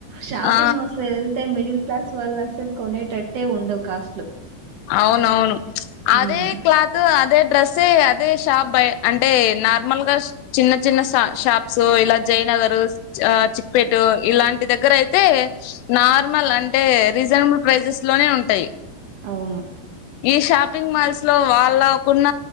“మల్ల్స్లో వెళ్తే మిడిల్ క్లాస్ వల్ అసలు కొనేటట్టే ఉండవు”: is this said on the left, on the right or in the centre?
Right